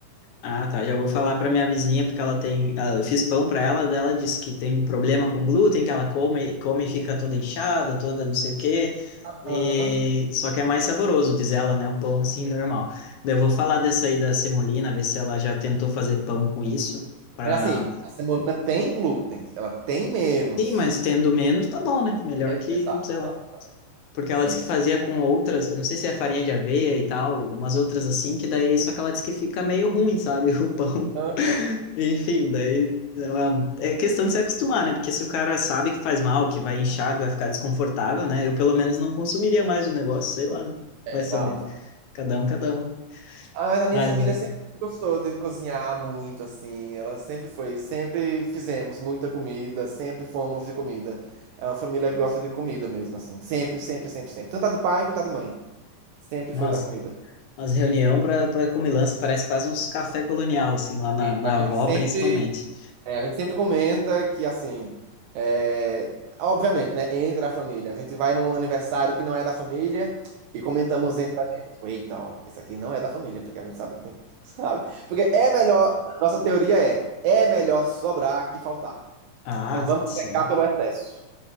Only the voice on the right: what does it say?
Aham.
Mas assim, a semolina tem glúten, ela tem menos.
Exato,
exato.
exato.
Sim,
sim.
Aham.
É,
exato.
Ah, mas a minha
família
sempre gostou de cozinhar muito, assim. Ela sempre foi, sempre fizemos muita comida, sempre fomos de comida. É uma família que gosta de comida mesmo, assim. Sempre, sempre, sempre, sempre. Tanto a de pai quanto a de mãe. Sempre
foi da comida.
Sempre.
A
gente sempre
É, a gente sempre comenta que, assim, é, obviamente, né? Entra a família. A gente vai num aniversário que não é da família e comentamos entre a gente. Tipo, eita, ó, esse aqui não é da família, porque a gente sabe que tem, <laughs> sabe? Porque é melhor, a nossa teoria é, é melhor sobrar que faltar.
Então vamos
pecar pelo excesso.